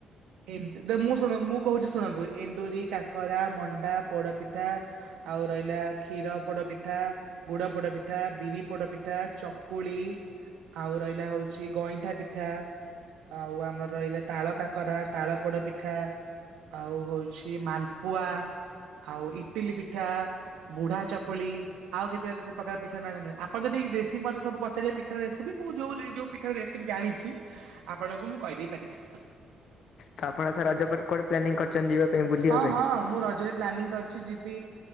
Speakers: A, on the right (about 80°); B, on the left (about 65°).
A: ଏମ ତ ମୁଁ ଶୁଣ ମୁଁ କହୁଛି ଶୁଣନ୍ତୁ ଏଣ୍ଡୁରି କାକରା ମଣ୍ଡା ପୋଡପିଠା ଆଉ ରହିଲା କ୍ଷୀର ପୋଡ ପିଠା ଗୁଡ ପୋଡ ପିଠା ବିରି ପୋଡ ପିଠା ଚକୁଳି ଆଉ ରହିଲା ହଉଛି ଗଇଁଠା ପିଠା ଆଉ ଆମର ରହିଲା ତାଳ କାକରା ତାଳ ପୋଡ ପିଠା ଆଉ ହଉଛି ମାଲପୁଆ ଆଉ ଇଟିଲି ପିଠା ବୁଢା ଚକୁଳି ଆଉ କେତେ କେତେ ପ୍ରକାର ପିଠା ନା ଆପଣ ଯଦି ରେସିପି ମତେ ସବୁ ପଚାରିବେ ପିଠା ରେସିପି ମୁଁ ଯୋଉ ଯୋଉ ପିଠା ରେ ଭୁସିପି ଜାଣିଛି ଆପଣଙ୍କୁ ମୁଁ କହିଦେଇ ପାରିବି
B: ତ ଆପଣ କଣ ଏଥର ରଜ ପରେ କକୁଆ କୁଆଡେ ପ୍ଲାନିଂ କରିଛନ୍ତି ଯିବା ପାଇଁ ବୁଲିବା
A: ହଁ
B: ପାଇଁ
A: ହଁ ମୁଁ ରଜରେ ପ୍ଲାନିଂ କରିଛି ଯିବି